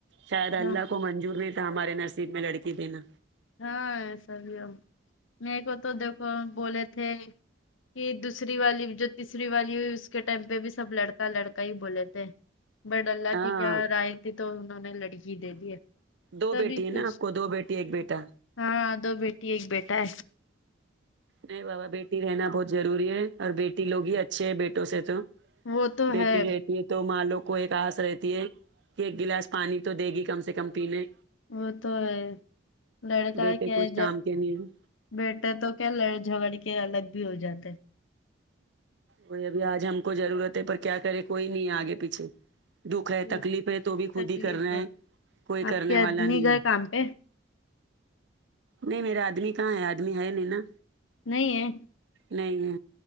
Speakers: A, on the right; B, on the left.
A: شاید اللہ
B: ہاں
A: کو منظور نہیں تھا ہمارے نصیب میں لڑکی دینا
B: ہاں ایسابھی میرے کو تو دیکھو بولے تھے کہ دوسری والی جو تیسری والی ہوئی اس کے ٹائم پہ بھی سب لڑکا لڑکا ہی بولے تھے بٹ اللہ
A: ہاں
B: کی کیا رائے تھی تو انہوں نے لڑکی دے دی ہے
A: دو
B: تبھی
A: بیٹی
B: خوش
A: ہے نا آپ کو دو بیٹی ایک بیٹا
B: ہاں دو بیٹی ایک بیٹا ہے
A: نہیں بابا بیٹی رہنا بہت ضروری ہے اور بیٹی لوگ ہی اچھے ہے بیٹوں سے تو
B: وہ تو
A: بیٹی
B: ہے
A: رہتی ہے تو ماں لوگ کو ایک آس رہتی ہے کہ ایک گلاس پانی تو دے گی کم سے کم پینے
B: وہ تو ہے لڑکا
A: بیٹے
B: کیا
A: کچھ
B: ہے
A: کام
B: جب
A: کے نہیں ہیں۔
B: بیٹا تو کیا لڑ جھگڑ کے الگ بھی ہو جاتے
A: وہی ابھی آج ہم کو ضرورت ہے پر کیا کرے کوئی نہیں آگے پیچھے دکھ
B: ہیں۔
A: ہے تکلیف ہے تو بھی خود
B: تکلیف
A: ہی کر نا
B: ہے
A: ہیں کوئی
B: آپ
A: کرنے
B: کے آدمی
A: والا نہیں
B: گئے
A: ہے
B: کام پہ
A: نہیں میرا آدمی کہاں ہے آدمی ہے نہیں نا
B: نہیں ہے
A: نہیں ہے